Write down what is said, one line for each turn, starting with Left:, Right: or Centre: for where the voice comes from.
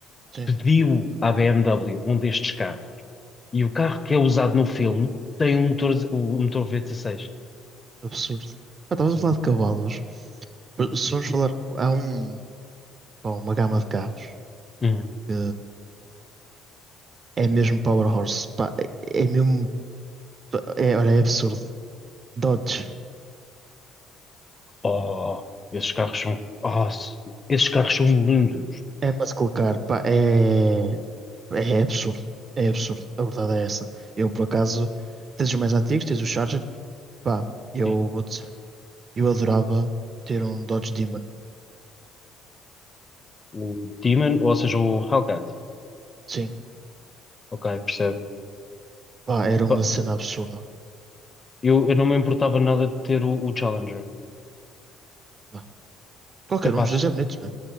Right: sim,
Left: pediu à BMW um destes carros. E o carro que é usado no filme tem um motor, o motor v dezasseis
Right: absurdo. Ah, estavas a falar de cavalos, se vamos falar, há um, pá, uma gama de carros
Left: Uhum.
Right: que é mesmo Power Horse, pá, é é mesmo É, olha, é absurdo. Dodge,
Left: Oh, esses carros são, oh, esses carros são lindos.
Right: ama-se colocar, pá, é, é absurdo. É absurdo. A verdade é essa. Eu, por acaso, tens os mais antigos, tens o Charger, pá, eu
Left: Sim.
Right: vou dizer, eu adorava ter um Dodge Demon.
Left: O Demon, ou seja, o Hellcat.
Right: Sim,
Left: Ok, percebo.
Right: pá, era
Left: Epá,
Right: uma cena absurda.
Left: eu, eu não me importava nada de ter o, o Challenger.
Right: Pá. Qualquer
Left: é
Right: um dos
Left: s-
Right: dois é bonito, né?